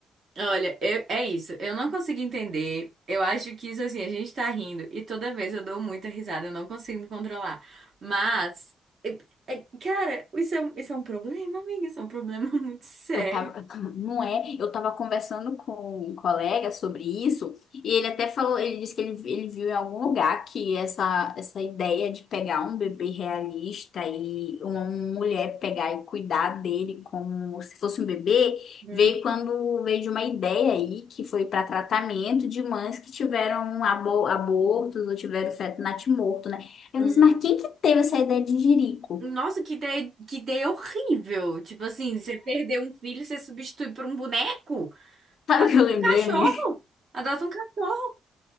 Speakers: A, on the right (about 40°); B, on the left (about 50°).
A: Olha, eu- é isso, eu não consigo entender. Eu acho que isso assim, a gente tá rindo e toda vez eu dou muita risada, eu não consigo me controlar. Mas, é- é- cara, isso é, um- isso é um problema, amiga, isso é um problema <laughs> muito sério.
B: Eu tava, <laughs> não é? Eu tava conversando com um colega sobre isso e ele até falou, ele disse que ele, ele viu em algum lugar que essa, essa ideia de pegar um bebê realista e uma mulher pegar e cuidar dele como se fosse um bebê,
A: Hum,
B: veio quando veio de uma ideia aí que foi para tratamento de mães que tiveram abo- abortos ou tiveram feto natimorto, né? Eu
A: hum.
B: disse, mas quem que teve essa ideia de jirico?
A: Nossa, que ideia, que ideia horrível. Tipo assim, você perdeu um filho, você substitui por um boneco?
B: <laughs> Sabe
A: Adota
B: o que eu lembrei,
A: um cachorro.
B: amigo?
A: Adota um cachorro.